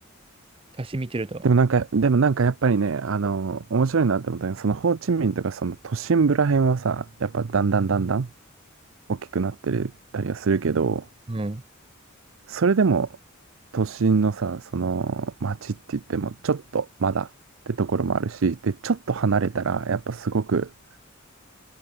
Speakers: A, on the right; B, on the right.
A: 私見てると。
B: でもなんか、でもなんかやっぱりね、あの、面白いなって思ったのは、そのホーチミンとかその都心部ら辺はさ、やっぱだんだんだんだん大きくなってるたりはするけど、
A: うん。
B: それでも都心のさ、その街って言ってもちょっとまだってところもあるし、で、ちょっと離れたらやっぱすごく、